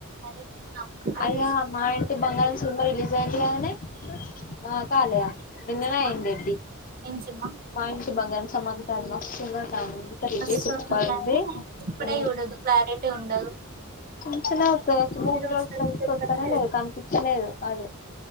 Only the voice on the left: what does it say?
అయ్యో మా ఇంటి బంగారం సినిమా రిలీజ్ అయింది కాదనే ఆ కాలేయా నిన్న
నే అయింది ఎడ్డీ
మా ఇంటి బంగారం సంమత మస్తుంది అంట ఇది
సూపర్
ఉంది
అ
వెంటనే వత్తాది వచ్చి మూవీ
రూల్
తీకొస్తానే లేదు కనిపించలేదు అది